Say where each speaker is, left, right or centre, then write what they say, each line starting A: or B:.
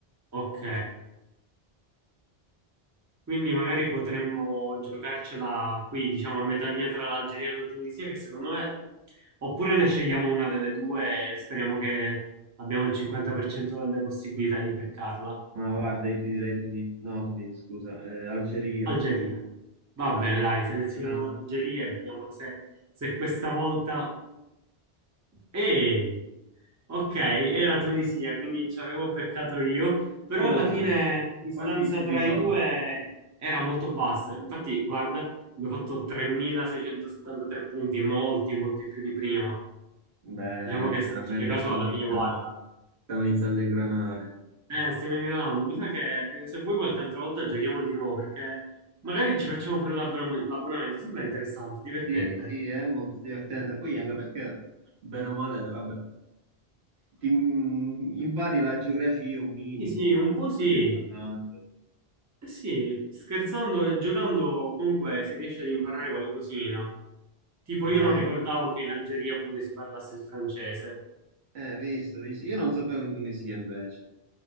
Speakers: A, on the right; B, on the right.
A: ok. Quindi magari potremmo giocarcela qui, diciamo a metà via tra l'Algeria e la Tunisia, che secondo me, oppure ne scegliamo una delle due e speriamo che abbiamo il 50% delle possibilità di beccarla.
B: Ma guarda, io ti direi Tunisi, no, Tunisi, scusa, eh, Algeria.
A: Algeria. Va
B: Dai.
A: bene, dai, selezioniamo
B: Vediamo.
A: l'Algeria e vediamo se, se questa volta... Eh, ok, era Tunisia, quindi ci avevo beccato io, però
B: Ah,
A: alla fine la distanza
B: quanti punti
A: tra
B: sono?
A: i due era molto bassa. Infatti, guarda, abbiamo fatto 3.673 punti, molti, molti più di prima.
B: Bene,
A: Diciamo che
B: finalmente
A: se ci fai caso
B: stiamo
A: alla
B: iniziando,
A: fine, guarda,
B: stiamo iniziando a ingranare.
A: eh, stiamo ingranando. Mi sa che eh, se vuoi qualche altra volta giochiamo di nuovo perché magari ci facciamo pure l'abbon- l'abbonamento. Sembra interessante, divertente.
B: Sì, sì, è molto divertente. Poi anche perché, bene o male, vabbè. ti impari la geografia un minimo,
A: Sì, sì, un po' sì.
B: anche giocando.
A: Eh sì, scherzando e giocando comunque si riesce ad imparare qualcosina. Tipo
B: Esatto.
A: io non ricordavo che in Algeria pure si parlasse il francese.
B: Eh, visto, visto. Io non sapevo in Tunisia invece.